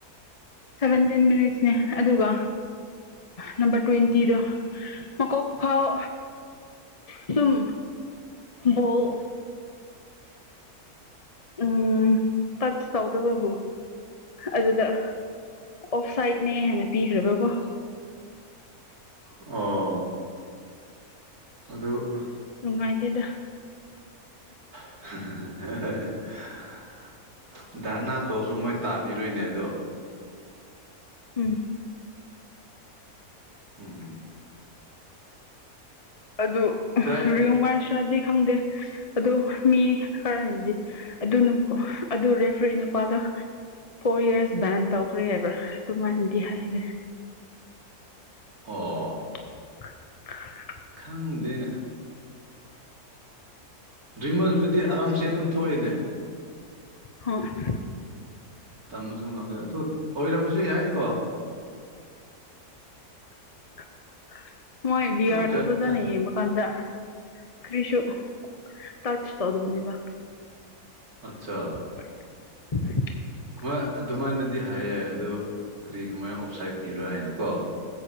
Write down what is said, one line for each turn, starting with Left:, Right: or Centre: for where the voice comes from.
Left: ꯁꯕꯦꯟꯇꯤꯟ ꯃꯤꯅꯤꯠꯁꯅꯦ ꯑꯗꯨꯒ ꯅꯝꯕꯔ ꯇ꯭ꯋꯦꯟꯇꯤꯗꯣ ꯃꯀꯣꯛ ꯐꯥꯎ ꯑꯗꯨꯝ ꯕꫭꯜ ꯎꯝ ꯇꯆ ꯇꯧꯗꯕꯕꯨ ꯑꯗꯨꯗ ꯑꯣꯐ ꯁꯥꯏꯠꯅꯦ ꯍꯥꯏꯅ ꯄꯤꯈ꯭ꯔꯕ꯭ꯔꯀꯣ
Right: ꯑꯣ ꯑꯗꯨ
Left: ꯅꯨꯡꯉꯥꯏꯇꯦꯗ
Right: <unintelligible> <inaudible> ꯙꯔꯅꯥ ꯇꯧꯁꯨ ꯃꯣꯏ ꯇꯥꯕꯤꯔꯣꯏꯅꯦ ꯑꯗꯣ
Left: ꯎꯝ
Right: <unintelligible>
Left: ꯑꯗꯨ
Right: ꯀꯥꯏ
Left: ꯔꯤꯌꯃꯔꯁꯔꯗꯤ ꯈꯪꯗꯦ ꯑꯗꯨ ꯃꯤ ꯈꯔꯅꯥꯗꯤ ꯑꯗꯨ ꯑꯗꯨ ꯔꯦꯐ꯭ꯔꯤ ꯅꯨꯄꯥꯗꫭ ꯐꯣꯔ ꯏꯔꯁ ꯕꯥꯟ ꯇꯧꯈ꯭ꯔꯦ ꯍꯥꯏꯕ꯭ꯔꯥ ꯑꯗꯨꯃꯥꯏꯅꯗꯤ ꯍꯥꯏꯔꯦ
Right: ꯑꯣ
Left: <inaudible>
Right: ꯈꯪꯗꯦꯅꯦ ꯔꯤꯝꯃꯁꯕꯨꯗꯤ ꯑꯔꯥꯝꯁꯦ ꯑꯗꯨꯝ ꯊꯣꯛꯏꯦꯅꯦ
Left: ꯍꫭꯏ
Right: ꯇꯝꯕꯁꯨ ꯉꯝꯃꯦ ꯑꯗꯨ ꯑꯣꯏꯔꯝꯃꯁꯨ ꯌꯥꯏꯀꯣ
Left: <inaudible> ꯃꯣꯏ ꯕꯤ
Right: ꯑꯣ
Left: ꯑꯥꯔꯗꯣ ꯄꯖꯥꯅ ꯌꯦꯡꯕ ꯀꯥꯟꯗ ꯀꯔꯤꯁꯨ ꯇꯆ ꯇꯧꯗꯒꯅꯤꯕ
Right: ꯑꯆꯥ
Left: <inaudible>
Right: ꯍꯣꯏ ꯑꯗꯨꯃꯥꯏꯅꯗꯤ ꯍꯥꯏꯌꯦ ꯑꯗꯨꯗꯣ ꯀꯔꯤ ꯀꯃꯥꯏꯅ ꯑꯣꯞꯁꯥꯏꯠ ꯄꯤꯕ꯭ꯔꯥ ꯍꯥꯏꯅꯀꯣ